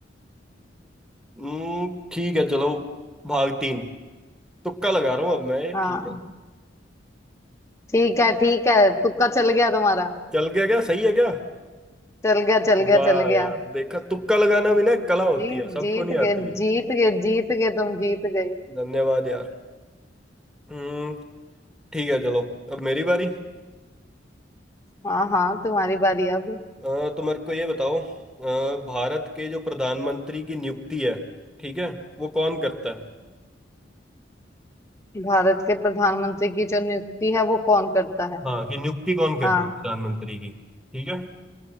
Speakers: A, in the centre; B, on the left.
A: हम्म, ठीक है चलो भाग तीन तुक्का लगा रहा हूँ अब मैं ये
B: हाँ
A: ठीक है
B: ठीक है ठीक है तुक्का चल गया तुम्हारा
A: चल गया क्या सही है क्या
B: चल गया चल गया
A: वाह
B: चल गया
A: यार देखा तुक्का लगाना
B: जी
A: भी ना एक कला होती है सबको
B: जीत
A: नहीं आती
B: गए जीत गए जीत गए तुम जीत गए
A: धन्यवाद यार हम्म ठीक है चलो अब मेरी बारी
B: हाँ हाँ तुम्हारी बारी अब
A: अ, तो मेरे को ये बताओ अ, भारत के जो प्रधानमंत्री की नियुक्ति है ठीक है वो कौन करता है
B: भारत के प्रधानमंत्री की जो नियुक्ति है वो कौन करता है
A: हाँ कि नियुक्ति कौन करता
B: हाँ
A: है प्रधानमंत्री की ठीक है